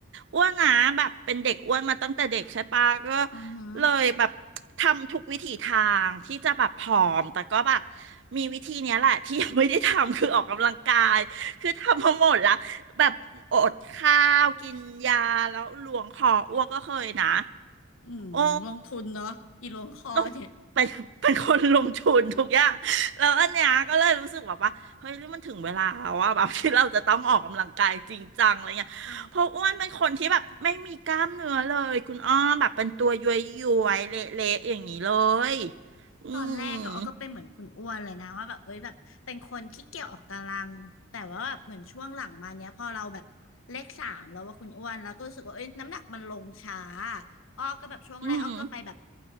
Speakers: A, on the right; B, on the left.
A: อ้วนนะแบบเป็นเด็กอ้วนมาตั้งแต่เด็กใช่ปะก็
B: อือหือ
A: เลยแบบทำทุกวิถีทางที่จะแบบผอมแต่ก็แบบมีวิธีเนี้ยแหละที่ยังไม่ได้ทำคือออกกำลังกายคือทำมาหมดแล้วแบบอดข้าวกินยาแล้วหลวงคออ้วกก็เคยนะ
B: อืมลงทุนเนาะอีหลวงคอเนี่ย
A: โอ้ต้องเป็นเป็นคนลงทุนทุกอย่าง แล้วอันเนี้ยก็เลยรู้สึกแบบว่า เฮ้ยนี่มันถึงเวลาแล้วว่าแบบที่เราจะต้องออกกำลังกายจริงจังอะไรเงี้ยเพราะอ้วนเป็นคนที่แบบไม่มีกล้ามเนื้อเลยคุณอ้อมแบบเป็นตัวย้วยย้วยเละๆอย่างนี้เลย
B: เออ
A: อื
B: ตอนแรกอะอ้อก็เป็นเหมือนคุณอ้วนเลยนะว่าแบบเอ้ยแบบเป็นคนขี้เกียจออกกำลังแต่ว่าแบบเหมือนช่วงหลังมาเนี้ยพอเราแบบเลขสามแล้วว่าคุณอ้วนแล้วก็รู้สึกว่าเอ้ยน้ำหนักมันลงช้า
A: ม
B: อ้อก็แบบช่วงแรกอ้อก็ไปแบบ
A: อืม